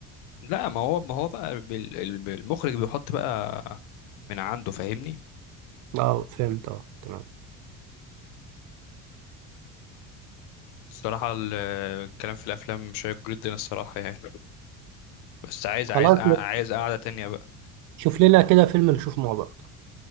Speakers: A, on the left; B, on the right.
A: لا ما هو ما هو بقى بال- المخرج بيحط بقى من عنده فاهمني
B: أه فهمت أه تمام
A: الصراحة ال- الكلام في الأفلام شيق جدا الصراحة يعني بس عايز
B: خلاص
A: عايز قع- عايز قعدة تانية بقى
B: شوف لنا كده فيلم نشوفه مع بعض